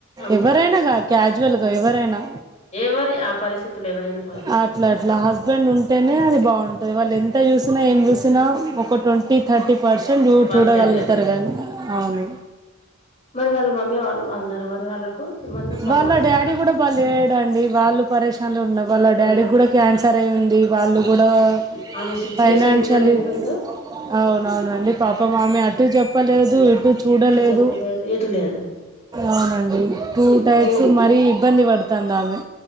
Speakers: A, on the left; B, on the right.
A: అంతే
B: ఎవరైనా కాని అజ్వల్
A: అంతే
B: గా ఎవరైనా
A: ఎవరి ఆ పరిస్థితులు ఎవరైనా పర్లే
B: ఆ ఇట్లా అట్లా హస్బెండ్ ఉంటేనే అది బాగుంటది వాళ్ళు
A: అవును
B: ఎంత చూసినా ఏం చూసినా ఒక ట్వంటీ థర్టీ పర్సెంట్
A: పర్సెంట్
B: చూడగలుగుతారు
A: చెప్తారు
B: కానీ అవును
A: మరి వాళ్ళ మమ్మీ వాళ్ళు బాగున్నన్నారు మరి వాళ్ళకు ఏమన్నా సపోర్ట్
B: వాళ్ళ డాడీ కూడా పని చేయడండి వాళ్ళు పరేశాన్లు ఉన్న వాళ్ళ
A: అరే
B: డాడీకి కూడా క్యాన్సర్ అయి ఉంది వాళ్ళు
A: బా
B: కూడా
A: ఆమె సిచ్యువేషన్
B: ఫైనాన్షియలీ
A: చూడండి ఎట్లుందో
B: అవునవునండి పాపం ఆమె అటు చెప్పలేదు ఇటు చూడలేదు
A: ఇటు చెప్పలేదు ఎటు లేదు
B: అవునండి టూ టై
A: గో
B: సో మరీ ఇబ్బంది పడతాంది ఆమె